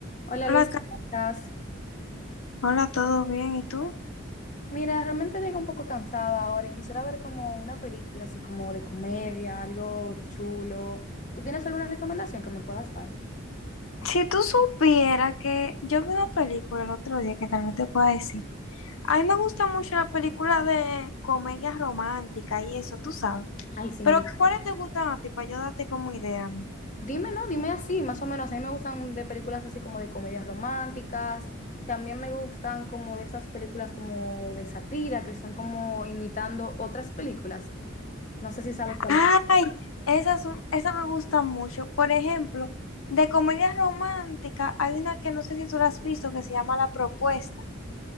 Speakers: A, on the left; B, on the left.
A: Hola
B: Hola,
A: Luis,
B: Ca-
A: ¿cómo estás?
B: hola, ¿todo bien? ¿Y tú?
A: Mira, realmente llego un poco cansada ahora y quisiera ver como una película así como de comedia, algo chulo. ¿Tú tienes alguna recomendación que me puedas dar?
B: Si tú supieras que yo vi una película el otro día que tal vez te pueda decir. A mí me gusta mucho la película de comedia romántica y eso, tú sabes.
A: Ay, sí,
B: Pero
A: me encanta.
B: ¿cuáles te gustan a ti para yo darte como idea? a ver?
A: Dime, no, dime así, más o menos. A mí me gustan de películas así como de comedias románticas. También me gustan como de esas películas como de sátira que son como imitando otras películas. No sé si sabes cuáles.
B: Ah, esas, son- esas me gustan mucho. Por ejemplo, de comedia romántica hay una que no sé si tú la has visto que se llama La Propuesta.